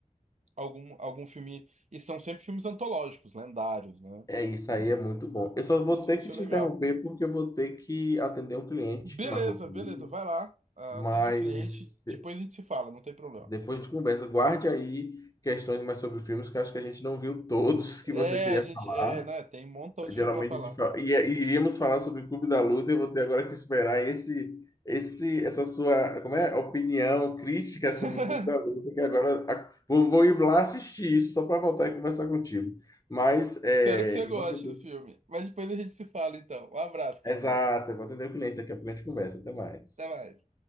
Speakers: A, on the right (about 60°); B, on the left (about 25°).
A: algum, algum filme. E são sempre filmes antológicos, lendários, né?
B: É isso
A: Não-
B: aí, é muito bom. Eu só vou
A: isso,
B: ter
A: isso
B: que te
A: é legal.
B: interromper porque eu vou ter que atender um cliente
A: Beleza,
B: que marcou comigo,
A: beleza, vai lá. ah,
B: mas
A: Atende o cliente, depois a gente se fala, não tem problema.
B: depois a gente conversa. Guarde aí questões mais sobre filmes que eu acho que a gente não viu todos que
A: É,
B: você queria
A: a gente.
B: falar.
A: É, né? Tem um montão de
B: Geralmente
A: filme pra falar.
B: a gente fala, e, e iríamos falar sobre o Clube da Luta, eu vou ter agora que esperar esse, esse, essa sua, como é, opinião crítica
A: <laughs>
B: sobre o Clube da Luta, que agora a- vou, vou ir lá assistir isso só para voltar e conversar contigo. Mas é,
A: Espero que você goste
B: eu vou atender.
A: do filme. Mas depois a gente se fala, então. Um abraço, querido.
B: Exato, eu vou atender o cliente, daqui a pouco a gente conversa. Até mais.
A: Até mais.